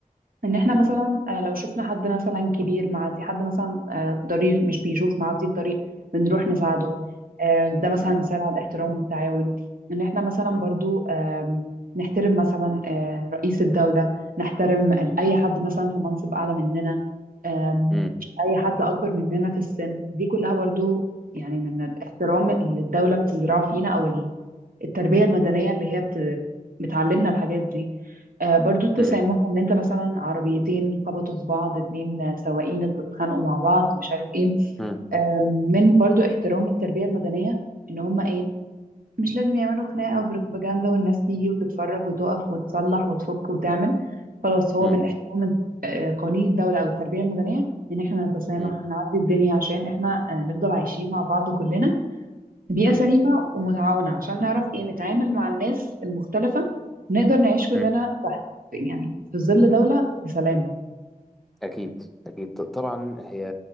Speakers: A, on the right; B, in the centre.
A: ان احنا
B: مم.
A: مثلا آه، لو شفنا حد مثلا كبير معدي حد مثلا آه، ضرير مش بيشوف معدي الطريق بنروح نساعده آه، ده مثلا
B: مم.
A: مثال على الاحترام والتعاون ان احنا مثلا
B: مم.
A: برضو آم، نحترم مثلا آه، رئيس الدولة نحترم ال- اي حد مثلا في منصب اعلى مننا آم،
B: مم.
A: اي حد اكبر مننا في السن دي كلها برضو يعني من الاحترام اللي الدولة بتزرعه فينا او ال- التربية المدنية اللي هي بت... بتعلمنا الحاجات دي آه، برضو التسامح
B: مم.
A: ان انت مثلا عربيتين خبطوا في بعض اتنين آه، سواقين اتخانقوا مع بعض مش عارف ايه
B: مم.
A: آم، من برضو احترام التربية المدنية ان هم ايه مش لازم يعملوا خناقة وبروباجندا والناس تيجي وتتفرج وتقف وتصلح وتفك وتعمل خلاص هو
B: مم.
A: من احترام آه، قوانين الدولة او التربية المدنية ان احنا نتسامح
B: مم.
A: هنعدي الدنيا عشان احنا آه، نفضل عايشين مع بعض كلنا بيئة
B: مم.
A: سليمة ومتعاونة عشان نعرف ايه نتعامل مع الناس المختلفة نقدر نعيش كلنا
B: مم.
A: تحت يعني في ظل دولة بسلام
B: أكيد أكيد ط- طبعا هي